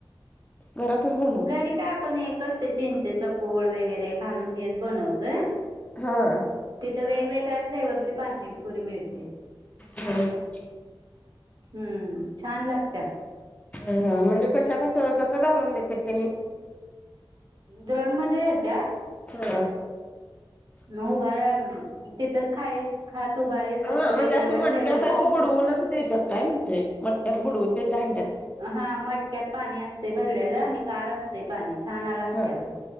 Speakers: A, on the left; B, on the right.
A: घरातच बन -
B: घरी काय आपण एकच ते चिंचेचा कोळ वगैरे घालून हेच बनवतोय.
A: हो.
B: तिथं वेगवेगळ्या फ्लेवरची पाणीपुरी मिळते.
A: हा हा.
B: हम्म. छान लागत.
A: ह हा. म्हणजे कशा कस कसं घालवून देते तिने?
B: द्रोणमध्ये देत्यात.
A: होय.
B: मग उभारा तिथंच खाईल खात उभारल
A: अ
B: तस
A: म्हणजे
B: वेगवेगळ्या
A: असं मटक्यात
B: फ्लेवर-
A: असं बुडवूनच देतात काय म्हणतोय? मटक्यात बुडवून त्यांच्या हांड्यात-
B: हा. मटक्यात पाणी असतय भरलेलं आणि गार असतय पाणी. छान लागते
A: ह
B: हो.